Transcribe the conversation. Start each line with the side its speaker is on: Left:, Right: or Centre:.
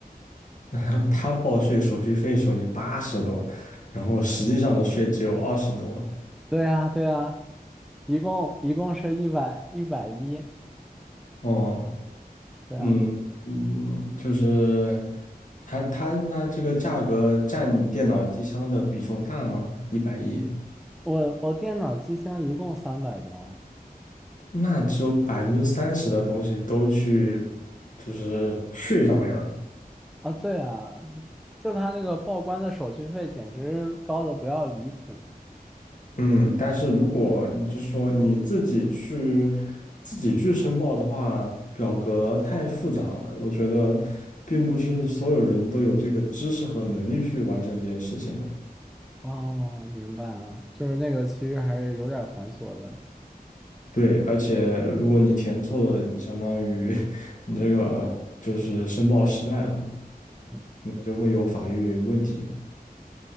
Left: <laughs> 他报税手续费收你八十多，然后实际上的税只有二十多嘛。
Centre: 对呀，对呀，一共一共是一百一百一，一百一十
Left: 哦，
Centre: 对啊，
Left: 嗯嗯，就是他他那这个价格占你电脑机箱的比重大吗？一百一，
Centre: 我我电脑机箱一共三百刀。
Left: 那只有百分之三十的东西都去就是税上面了。
Centre: 啊，对啊，就他那个报关的手续费简直高的不要离谱。
Left: 嗯，但是如果你就是说你自己去自己去申报的话，表格太复杂了，我觉得并不是所有人都有这个知识和能力去完成这件事情的。
Centre: 哦，明白啊，就是那个其实还是有点繁琐的。
Left: 对，而且如果你填错了，你相当于 <laughs> 你这个就是申报失败了嘛，
Centre: 嗯
Left: 那就会有法律问题。